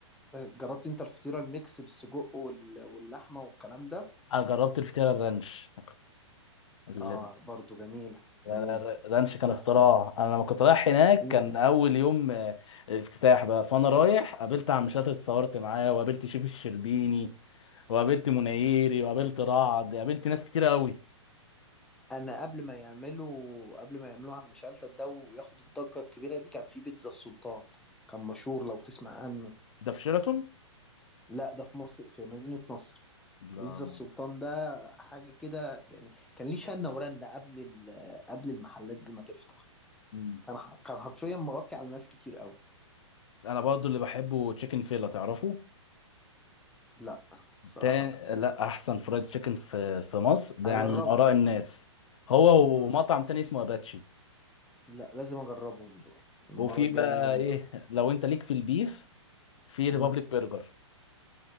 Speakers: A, in the centre; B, on the left.
A: جربت أنت الفطيرة الميكس بالسجق وال... واللحمة والكلام ده
B: انا جربت الفطيرة الرانش ال-
A: اه برضو جميلة
B: لا
A: جميلة
B: لا لا، الرانش كان
A: تحفة
B: اختراع انا لما كنت رايح هناك
A: إن-
B: كان اول يوم آه، افتتاح بقى فانا رايح قابلت عم شلتة اتصورت معاه وقابلت شيف الشربيني وقابلت منيري وقابلت رعد قابلت ناس كتيرة قوي
A: أنا قبل ما يعملوا قبل ما يعملوها عم شلتت ده وياخد الضجة الكبيرة دي كان في بيتزا السلطان كان مشهور لو تسمع عنه
B: ده في شيراتون
A: لا ده في مصر في مدينة نصر
B: لا
A: بيتزا السلطان
B: لا.
A: ده حاجة كده يعني كان ليه شنة ورنة قبل ال- قبل المحلات دي ما تفتح
B: مم.
A: كان ح- كان حرفيا مغطي على ناس كتير قوي
B: انا برضو اللي بحبه تشيكن فيلا تعرفه
A: لا الصراحة
B: تاني
A: لا
B: لا احسن فرايد تشيكن في في مصر ده
A: هجربه
B: يعني من اراء الناس هو
A: مم.
B: ومطعم تاني اسمه اباتشي
A: لا لازم اجربهم دول المرة
B: وفي
A: الجاية
B: بقى
A: لازم
B: ايه
A: اجرب
B: لو انت ليك في البيف في ريبابليك
A: مم.
B: برجر